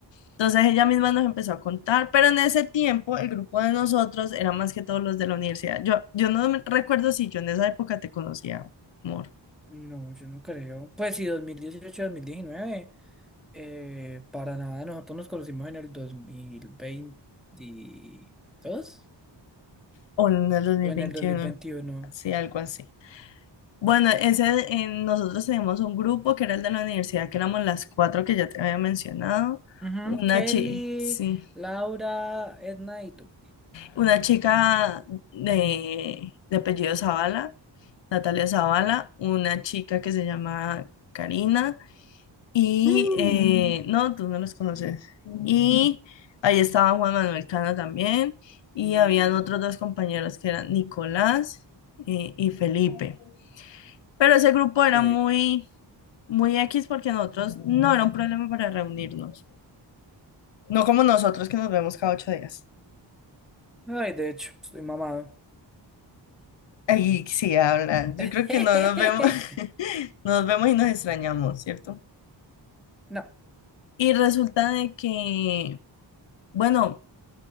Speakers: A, on the left; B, in the centre.
A: Entonces ella misma nos empezó a contar, pero en ese tiempo el grupo de nosotros era más que todos los de la universidad. Yo, yo no me- recuerdo si yo en esa época te conocía, amor,
B: No, yo no creo. Pues sí, dos dos mil dieciocho, dos mil diecinueve. Eh, para nada, nosotros nos conocimos en el 2022
A: o en el dos mil
B: o en
A: veintiuno
B: el 2021.
A: sí, algo así. Bueno, ese, eh, nosotros teníamos un grupo que era el de la universidad, que éramos las cuatro que ya te había mencionado.
B: Ujú,
A: Una
B: Kelly,
A: chi, sí,
B: Laura, Edna y tú.
A: Una chica de, de apellido Zavala, Natalia Zavala, una chica que se llama Karina y
B: Mm.
A: eh, no, tú no los conoces. Y ahí estaba Juan Manuel Cana también y
B: Mm.
A: habían otros dos compañeros que eran Nicolás eh, y Felipe. Pero ese grupo
B: Ok.
A: era muy, muy X porque nosotros no era un problema para reunirnos. No como nosotros que nos vemos cada ocho días.
B: Ay, de hecho, estoy mamado.
A: Ahí sí hablan. Yo
B: <laughs>
A: creo que no nos vemos. Nos vemos y nos extrañamos, ¿cierto?
B: No.
A: Y resulta de que, bueno,